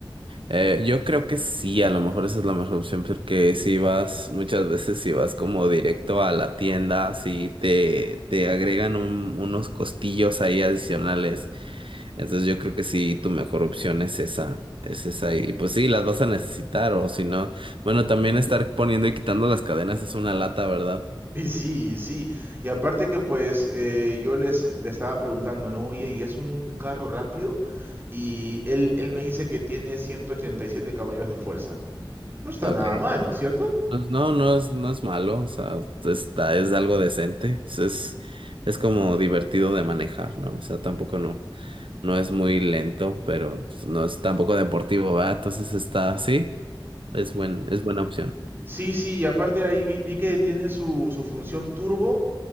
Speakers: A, on the right; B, on the right.
A: Eh, yo creo que sí, a lo mejor esa es la mejor opción, porque si vas, muchas veces si vas como directo a la tienda, si te, te agregan un- unos costillos ahí adicionales, entonces yo creo que sí, tu mejor opción es esa, es esa, y pues sí, las vas a necesitar, o si no, bueno, también estar poniendo y quitando las cadenas es una lata, ¿verdad?
B: Y sí, y sí. Y aparte que pues eh, yo les, le estaba preguntando, ¿no? Oye, ¿y es un, un carro rápido? Y él, él me dice que tiene 187 caballos de fuerza. No está
A: Ah,
B: nada
A: Ok.
B: mal, ¿cierto?
A: Pues no, no es, no es malo, o sea, está, es algo decente, es, es es como divertido de manejar, ¿no? O sea, tampoco no. No es muy lento, pero pues, no es tampoco deportivo, ¿verdad? Entonces está así. Es buen, es buena opción.
B: Sí, sí, y aparte ahí vi, vi que tiene su, su función turbo,